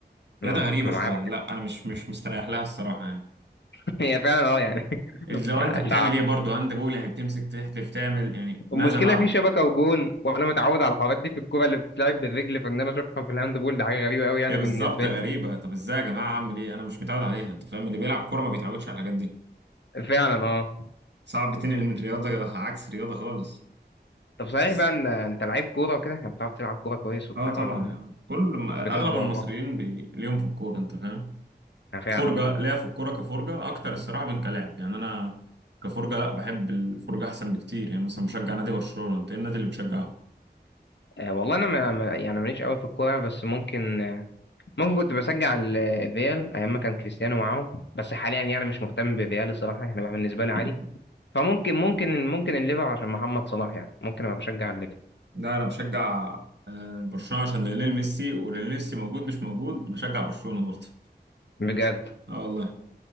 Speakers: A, on the left (about 80°); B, on the right (about 80°).
A: اه
B: رياضه غريبه
A: انا
B: شويه
A: معايا
B: لا انا مش مش مستريح لها الصراحه يعني
A: <laughs> هي فعلا اه يعني <laughs>
B: لو
A: يعني
B: انت بتعمل ايه برضه هاند بول يعني بتمسك تحدف تعمل يعني ماذا
A: المشكله
B: بعد
A: في شبكه وجون وانا متعود على الحوارات دي في الكوره اللي بتتلعب بالرجل فان انا اشوفها في الهاند بول ده حاجه غريبه قوي يعني
B: هي
A: بالنسبه
B: بالظبط غريبة طب ازاي يا جماعة اعمل ايه انا مش متعود عليها انت فاهم اللي بيلعب كورة ما بيتعودش على الحاجات دي
A: لي فعلا اه
B: صعب تنقل من رياضة عكس رياضة خالص
A: طب صحيح
B: بس-
A: بقى ان انت لعيب كوره وكده يعني بتعرف تلعب كوره كويس وبتاع
B: اه طبعا
A: ولا
B: يعني كل ما
A: بجد
B: اغلب المصريين
A: والله
B: بي... ليهم في الكورة انت فاهم
A: انا فعلا
B: فرجة
A: اه
B: ليا في الكورة كفرجة اكتر الصراحة من كلاعب يعني انا كفرجة لا بحب الفرجة احسن بكتير يعني مثلا بشجع نادي برشلونة انت ايه النادي اللي بتشجعه
A: آه، والله انا ما ما- يعني ماليش قوي في الكوره بس ممكن آه، ممكن كنت بشجع ال- الريال ايام ما كان كريستيانو معاهم بس حاليا يعني مش مهتم بالريال الصراحه يعني بقى بالنسبه لي عادي
B: <laughs>
A: فممكن ممكن ممكن الليفر عشان محمد صلاح يعني ممكن ابقى بشجع الليفر
B: لا انا بشجع آه، برشلونه عشان ليونيل ميسي وليونيل ميسي موجود مش موجود بشجع برشلونه برضه
A: بجد
B: اه والله